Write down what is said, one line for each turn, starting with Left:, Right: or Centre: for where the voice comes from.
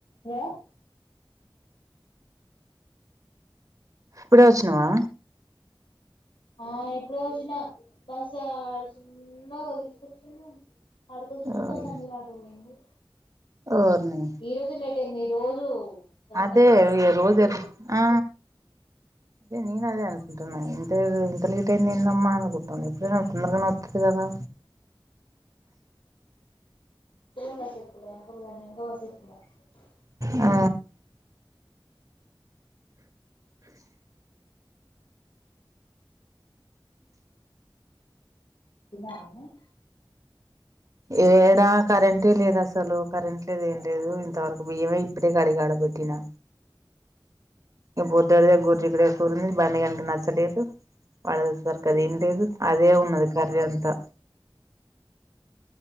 Left: hello
Right: ఇప్పుడే వచ్చినవా
Left: ఆ ఎప్పుడ వచ్చినా బస్ ఆడుచిన్నావు తీసుకొచ్చడు ఆడుకొచ్చినక
Right: ఓయ్
Left: సన్నూరు ఆట పోయింది
Right: ఓర్ని
Left: ఈ రోజు లేట్యింది రోజు సెవెన్
Right: అదే
Left: థర్టీ సెవెన్
Right: రోజు
Left: థర్టీ
Right: ఆ అదే నేను అదే అనుకుంటున్నా ఇ తే ఇంతా లేట్ అయిందమ్మ అనుకుంటాను ఇప్పుడే నాకు తొందరగానే వతది కదా
Left: ఏన్ వసతులే బడి <inaudible> <unintelligible>
Right: ఆ
Left: తిన్నావా మే
Right: ఏడా కరెంటే లేదు అసలు కరెంట్ లేదు ఏం లేదు ఇంతవరకు బియ్యమే ఇప్పుడే కడిగా ఆడ పేట్టినా ఇంక పొద్దుడి గోద్చిక్కుడు కాయ కూరింది బన్నీ గాడికి నచ్చలేదు వాళ్ళ సరి అది ఏం లేదు అదే ఉన్నది కర్రీ అంతా